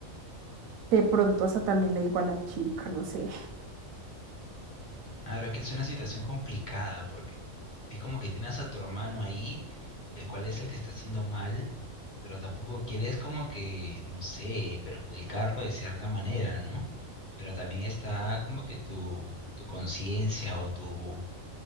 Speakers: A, on the right; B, on the left.
A: de pronto hasta también le digo a la chica, no sé.
B: Ahora es que es una situación complicada porque es como que tienes a tu hermano ahí, el cual es el que está haciendo mal, pero tampoco quieres como que, no sé, perjudicarlo de cierta manera, ¿no? Pero también está como que tu, tu conciencia o tu,